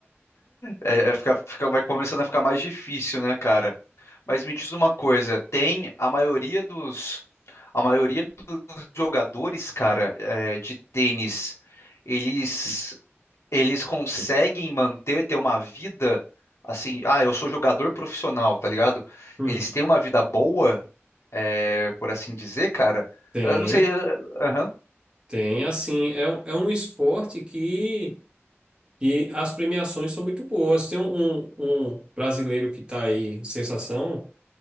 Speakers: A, on the left (about 75°); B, on the right (about 20°).
A: É, é, fica, fica- vai começando a ficar mais difícil, né, cara? Mas me diz uma coisa, tem a maioria dos, a maioria dos jogadores, cara, é, de tênis, eles, eles conseguem manter, ter uma vida assim, ah, eu sou jogador profissional, tá ligado?
B: Hum.
A: Eles têm uma vida boa, é, por assim dizer, cara.
B: Tem,
A: Eu não sei, eh, aham,
B: tem assim, é, um- é um esporte que E as premiações são muito boas. Tem um, um, um brasileiro que está aí, sensação,